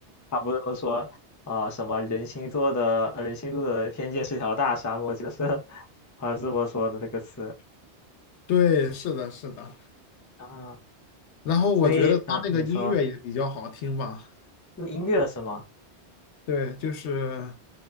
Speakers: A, on the left (about 25°); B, on the left (about 80°).
A: 他不是都说啊、什么人心做的呃人心做的偏见是条大沙漠，我记得是 <laughs> 好像是这么说的这个词
B: 对，是的，是的。
A: 啊。
B: 然后我觉得他那个音乐也比较好听吧。
A: 所以嗯、呃你说用音乐是吗？
B: 对，就是